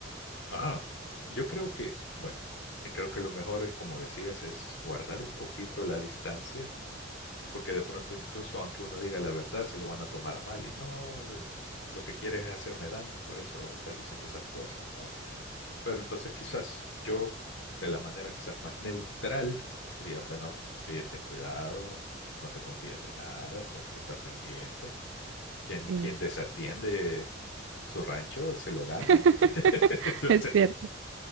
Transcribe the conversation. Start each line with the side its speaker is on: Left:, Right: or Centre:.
Left: Ah, yo creo que, bueno, eh, creo que lo mejor, como decías, es guardar un poquito la distancia, porque de pronto incluso aunque uno diga la verdad, se lo van a tomar a mal y no, eh, lo que quieres es hacerme daño y por eso estás diciendo esas cosas, ¿no? Pero entonces quizás yo, de la manera quizás más neutral, diría, bueno, oye, ten cuidado, no te confíes de nada, siempre está pendiente. Quien,
Right: Sí.
Left: quien desatiende su rancho, se lo ganan.
Right: <laughs>
Left: <laughs> Entonces,
Right: Es cierto.